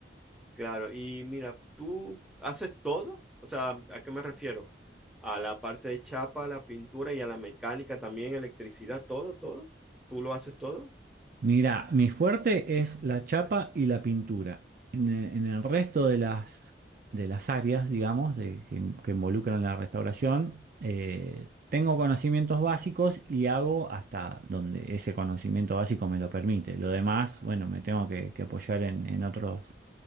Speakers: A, in the centre; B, on the right.
A: Claro, y mira, ¿tú haces todo? O sea, ¿a qué me refiero? A la parte de chapa, a la pintura y a la mecánica también, electricidad, todo, todo. ¿Tú lo haces todo?
B: Mira, mi fuerte es la chapa y la pintura. En el, en el resto de las, de las áreas, digamos, de- que, que involucran la restauración, eh, tengo conocimientos básicos y hago hasta donde ese conocimiento básico me lo permite. Lo demás, bueno, me tengo que, que apoyar en, en otros